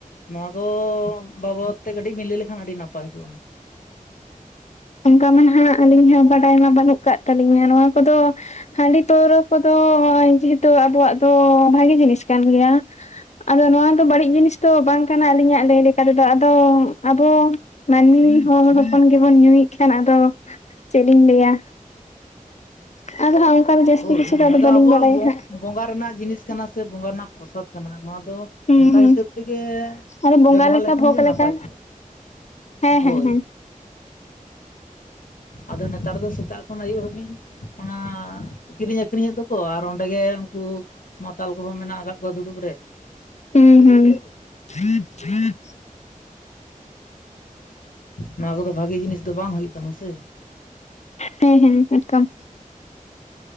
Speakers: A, on the left; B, on the left.
A: ᱱᱚᱣᱟ ᱠᱚ ᱵᱟᱵᱚᱫ ᱛᱮ ᱠᱟᱹᱴᱤᱡ ᱵᱤᱱ ᱞᱟᱹᱭ ᱞᱮᱠᱷᱟᱱ ᱟᱹᱰᱤ ᱱᱟᱯᱟᱭ ᱠᱚᱜ-ᱟ᱾
B: ᱚᱱᱠᱟ ᱢᱟᱦᱟᱜ ᱟᱹᱞᱤᱧ ᱦᱚᱸ ᱵᱟᱰᱟᱭ ᱢᱟ ᱵᱟᱹᱱᱩᱜ ᱠᱟᱜ ᱛᱟᱹᱞᱤᱧᱟ ᱱᱚᱣᱟ ᱠᱚᱫᱚ ᱦᱟᱺᱰᱤ-ᱯᱟᱹᱣᱨᱟᱹ ᱠᱚᱫᱚ ᱡᱮᱦᱮᱛᱩ ᱟᱵᱚᱣᱟᱜ ᱫᱚ ᱵᱷᱟᱜᱮ ᱡᱤᱱᱤᱥ ᱠᱟᱱ ᱜᱮᱭᱟ᱾ ᱟᱫᱚ ᱱᱚᱣᱟ ᱫᱚ ᱵᱟᱹᱲᱤᱡ ᱡᱤᱱᱤᱥ ᱫᱚ ᱵᱟᱝ ᱠᱟᱱᱟ ᱟᱞᱤᱧᱟᱜ ᱞᱟᱹᱭ ᱞᱮᱠᱟ ᱛᱮᱫ ᱟᱫᱚ ᱟᱵᱚ ᱢᱟᱹᱱᱢᱤ ᱦᱚᱲ ᱦᱚᱯᱚᱱ ᱜᱮᱵᱚᱱ ᱧᱩᱭᱮᱫ ᱠᱷᱟᱱ ᱟᱫᱚ ᱪᱮᱫ ᱤᱧ ᱞᱟᱹᱭᱟ᱾ ᱟᱫᱚ ᱦᱟᱸᱜ ᱚᱱᱠᱟ ᱫᱚ ᱡᱟᱹᱥᱛᱤ
A: ᱦᱳᱭ
B: ᱠᱤᱪᱷᱩ
A: ᱱᱚᱣᱟ
B: ᱟᱫᱚ
A: ᱫᱚ
B: ᱵᱟᱹᱞᱤᱧ
A: ᱟᱵᱚᱣᱟᱜ
B: ᱵᱟᱲᱟᱭᱟ
A: ᱵᱚ-ᱵᱚᱸᱜᱟ
B: ᱦᱟᱸᱜ
A: ᱨᱮᱱᱟᱜ ᱡᱤᱱᱤᱥ ᱠᱟᱱᱟ ᱥᱮ ᱵᱚᱸᱜᱟ ᱨᱮᱱᱟᱜ ᱯᱨᱚᱥᱟᱫ ᱠᱟᱱᱟ᱾ ᱱᱚᱣᱟ ᱫᱚ
B: ᱦᱮᱸ
A: ᱚᱱᱠᱟ
B: ᱦᱮᱸ
A: ᱦᱤᱥᱟᱹᱵ ᱛᱮᱜᱮ
B: ᱟᱫᱚ ᱵᱚᱸᱜᱟ
A: ᱵᱮᱵᱚᱦᱟᱨ
B: ᱞᱮᱠᱟ,
A: ᱞᱮᱠᱷᱟᱱ
B: ᱵᱷᱜᱽ
A: ᱜᱮ
B: ᱞᱮᱠᱟ᱾
A: ᱱᱟᱯᱟᱭ ᱠᱚᱜᱼᱟ
B: ᱦᱮᱸ
A: ᱦᱳᱭ
B: ᱦᱮᱸ ᱦᱮᱸ᱾
A: ᱟᱫᱚ ᱱᱮᱛᱟᱨ ᱫᱚ ᱥᱮᱛᱟᱜ ᱠᱷᱚᱱ ᱟᱹᱭᱩᱵ ᱦᱟᱹᱵᱤᱡ ᱚᱱᱟ ᱠᱤᱨᱤᱧ ᱟᱹᱠᱷᱨᱤᱧᱮᱫ ᱫᱚᱠᱚ ᱟᱨ ᱚᱸᱰᱮ ᱜᱮ ᱩᱱᱠᱩ ᱢᱟᱛᱟᱞ ᱠᱚᱦᱚᱸ ᱢᱮᱱᱟᱜ ᱟᱠᱟᱫ ᱠᱚᱣᱟ ᱫᱩᱲᱩᱵ ᱨᱮ᱾
B: ᱦᱩᱸ ᱦᱩᱸ᱾ <inaudible>
A: ᱱᱚᱣᱟ ᱠᱚᱫᱚ ᱵᱷᱟᱜᱮ ᱡᱤᱱᱤᱥ ᱫᱚ ᱵᱟᱝ ᱦᱩᱭᱩᱜ ᱠᱟᱱᱟ ᱥᱮ᱾
B: ᱦᱮᱸ ᱦᱮᱸ ᱮᱫᱚᱢ᱾